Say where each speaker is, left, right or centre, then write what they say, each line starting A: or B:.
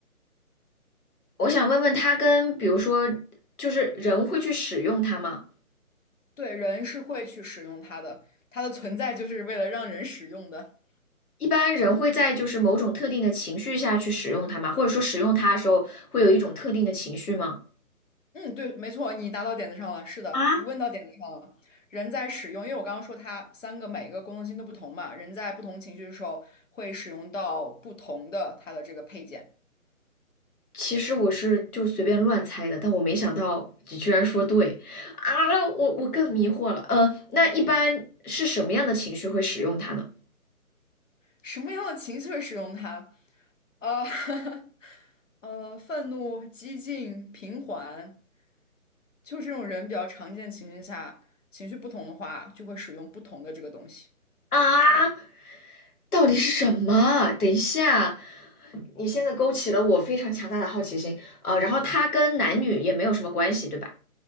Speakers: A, on the left; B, on the left.
A: 我想问问它跟比如说，就是人会去使用它吗？
B: 对，人是会去使用它的，它的存在就是为了让人使用的。
A: 一般人会在就是某种特定的情绪下去使用它吗？或者说使用它的时候会有一种特定的情绪吗？
B: 嗯，对，没错，你答到点子上了。是的，
A: 啊，
B: 你问到点子上了。人在使用，因为我刚刚说它三个每一个功能性都不同嘛，人在不同情绪的时候会使用到不同的它的这个配件。
A: 其实我是就随便乱猜的，但我没想到你居然说对啊！我我更迷惑了。呃，那一般是什么样的情绪会使用它呢？
B: 什么样的情绪会使用它？呃，<laughs> 呃，愤怒、激进、平缓，就这种人比较常见的情绪下，情绪不同的话，就会使用不同的这个东西。
A: 啊，到底是什么？等一下，你现在勾起了我非常强大的好奇心啊！然后它跟男女也没有什么关系，对吧？